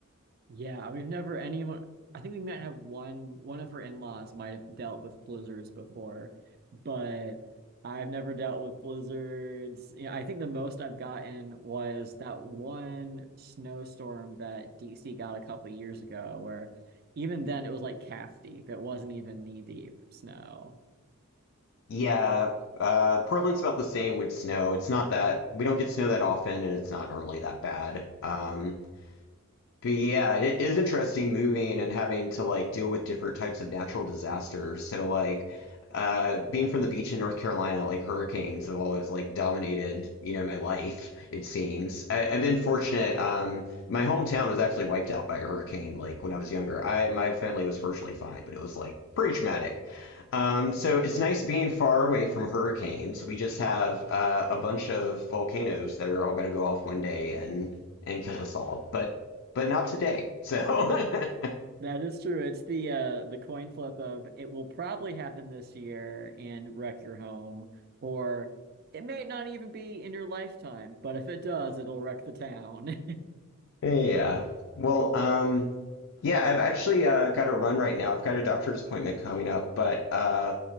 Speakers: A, on the right (about 45°); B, on the left (about 60°).
A: Yeah, we've never anyone I think we might have one one of her in-laws might have dealt with blizzards before, but I've never dealt with blizzards. Yeah, I think the most I've gotten was that one snowstorm that DC got a couple of years ago where even then it was like calf deep. It wasn't even knee deep snow.
B: Yeah, uh, Portland's about the same with snow. It's not that we don't get snow that often, and it's not normally that bad. Um, But yeah, it is interesting moving and having to like deal with different types of natural disasters. So like uh being from the beach in North Carolina, like hurricanes have always like dominated, you know, my life, it seems. I, I've been fortunate. Um my hometown was actually wiped out by a hurricane like when I was younger. I my family was virtually fine, but it was like pretty traumatic. Um, so
A: Yeah,
B: it's nice being far away from hurricanes. We just have uh, a bunch of volcanoes that are all going to go off one day and and kill us all, but but not today. So <laughs>
A: that is true. It's the uh the coin flip of it will probably happen this year and wreck your home, or it may not even be in your lifetime, but if it does, it'll wreck the town. <laughs>
B: yeah. Well, um, yeah, I've actually uh, got to run right now. I've got a doctor's appointment coming up, but uh,